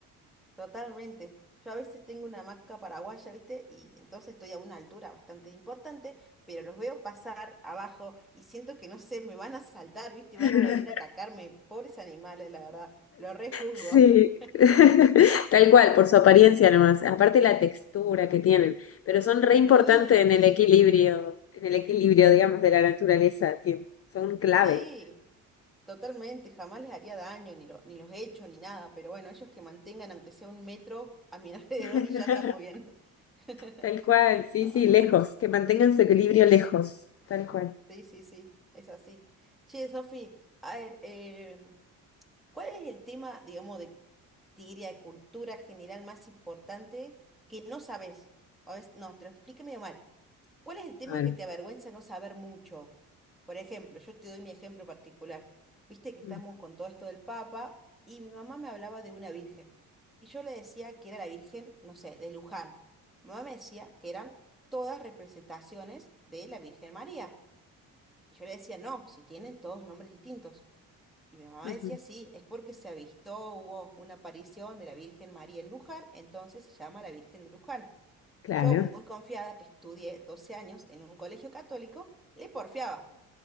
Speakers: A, in the centre; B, on the left (about 40°).
A: totalmente. Yo a veces tengo una hamaca paraguaya, ¿viste? Y entonces estoy a una altura bastante importante, pero los veo pasar abajo y siento que no sé, me van a saltar, ¿viste? Y
B: <laughs>
A: van a venir a atacarme. Pobres animales, la verdad. los rejuzgo.
B: Sí,
A: <laughs>
B: <laughs> tal cual, por su apariencia nomás, aparte la textura que tienen, pero son re importantes
A: Uh,
B: en
A: sí,
B: el equilibrio, en el equilibrio, digamos, de la naturaleza, tien- son clave.
A: sí. Totalmente, jamás les haría daño, ni, lo- ni los hecho, ni nada, pero bueno, ellos que mantengan aunque sea un metro a mi <laughs> alrededor
B: <laughs>
A: y ya estamos bien. <laughs>
B: Tal cual, sí,
A: Ah,
B: sí, lejos, que mantengan su equilibrio lejos, tal cual.
A: sí, sí, sí, es así. Che, Sofi, a ver, em, ¿cuál es el tema, digamos, de, te diría, de cultura general más importante que no sabes? O es, no, te lo expliqué medio mal. ¿Cuál es el tema
B: A ver.
A: que te avergüenza no saber mucho? Por ejemplo, yo te doy mi ejemplo particular. Viste que estamos
B: Mm.
A: con todo esto del Papa y mi mamá me hablaba de una virgen. Y yo le decía que era la virgen, no sé, de Luján. Mi Mamá me decía que eran todas representaciones de la Virgen María. Y yo le decía, no, si tienen todos nombres distintos. Y mi mamá
B: Ujú,
A: decía, sí, es porque se avistó, hubo una aparición de la Virgen María en Luján, entonces se llama la Virgen de Luján.
B: Claro.
A: Yo, muy confiada que estudié 12 años en un colegio católico, le porfiaba.